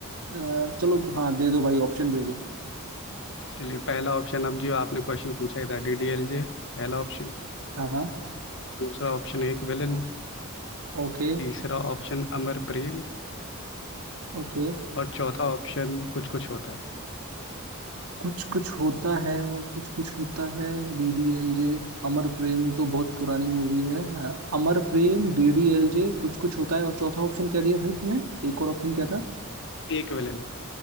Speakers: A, on the right; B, on the left.
A: अ, चलो हाँ दे दो भाई ऑप्शन दे दो
B: चलिए पहला ऑप्शन अब जो आपने क्वेश्चन पूछा ही था डीडीएलजे पहला ऑप्शन
A: हाँ हाँ
B: दूसरा ऑप्शन एक विलन
A: Okay
B: तीसरा ऑप्शन अमर प्रेम
A: okay
B: और चौथा ऑप्शन कुछ कुछ होता है
A: कुछ कुछ होता है कुछ कुछ होता है डीडीएलजे अमर प्रेम तो बहुत पुरानी मूवी है अ, अमर प्रेम डीडीएलजे कुछ कुछ होता है और चौथा ऑप्शन क्या दिया भाई तुमने एक और ऑप्शन क्या था
B: एक विलन